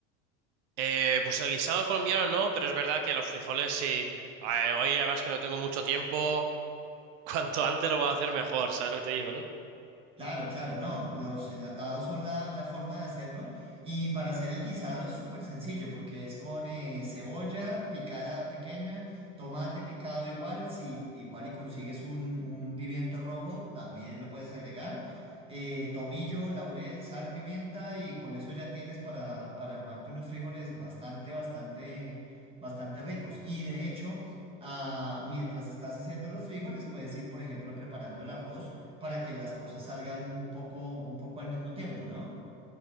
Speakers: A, on the right; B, on the right.
A: Eh, pues el guisado colombiano no, pero es verdad que los frijoles sí. Eh, hoy además que no tengo mucho tiempo. Cuanto antes lo vas a hacer mejor, ¿sabes lo que te digo, no?
B: Claro, claro, no, los enlatados son la, la forma de hacerlo y para hacer el guisado es súper sencillo porque es con eh, cebolla picada pequeña, tomate picado igual, si igual y consigues un, un pimiento rojo también lo puedes agregar, eh, tomillo, laurel, sal, pimienta y con eso ya tienes para, para armarte unos frijoles bastante, bastante, bastante ricos y de hecho... ah, mientras estás haciendo los frijoles, puedes ir, por ejemplo, preparando el arroz para que las cosas salgan un poco, un poco al mismo tiempo, ¿no?